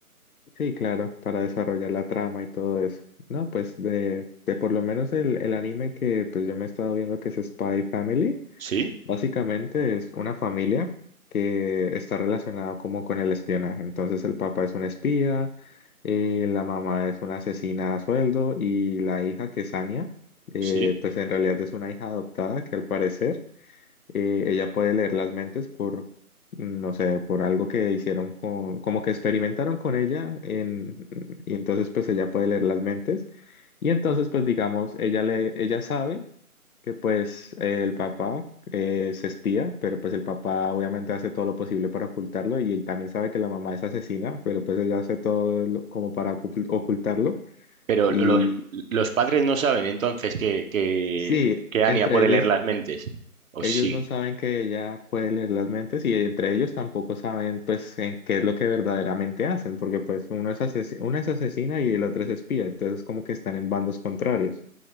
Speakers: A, on the left; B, on the right.
A: Sí, claro, para desarrollar la trama y todo eso. No, pues de, de por lo menos el, el anime que pues yo me he estado viendo que es Spy Family,
B: Sí,
A: básicamente es una familia que está relacionada como con el espionaje. Entonces el papá es un espía, eh, la mamá es una asesina a sueldo y la hija que es Anya, eh,
B: sí.
A: pues en realidad es una hija adoptada que al parecer eh, ella puede leer las mentes por, mm, no sé, por algo que hicieron con, como que experimentaron con ella en, y entonces pues ella puede leer las mentes y entonces pues digamos, ella le, ella sabe que pues eh, el papá eh, es espía, pero pues el papá obviamente hace todo lo posible para ocultarlo y él también sabe que la mamá es asesina, pero pues ella hace todo lo- como para ocult- ocultarlo
B: Pero
A: y
B: los, los padres no saben entonces que, que,
A: sí,
B: que Anya
A: entre
B: puede
A: ellos
B: leer las mentes. ¿O
A: Ellos
B: sí?
A: no saben que ella puede leer las mentes y entre ellos tampoco saben pues en qué es lo que verdaderamente hacen, porque pues uno es asesino, una es asesina y el otro es espía, entonces como que están en bandos contrarios.